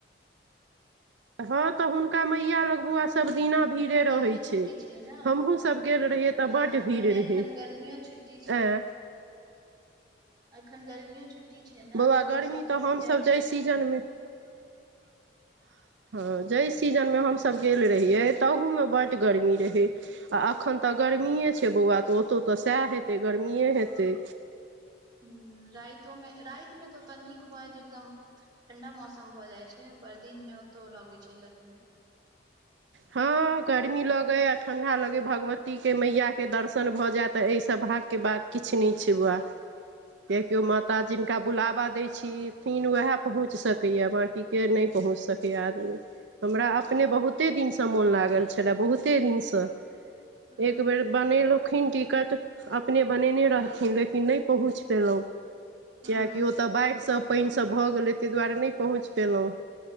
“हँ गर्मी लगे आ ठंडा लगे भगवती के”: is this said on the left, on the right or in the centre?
Right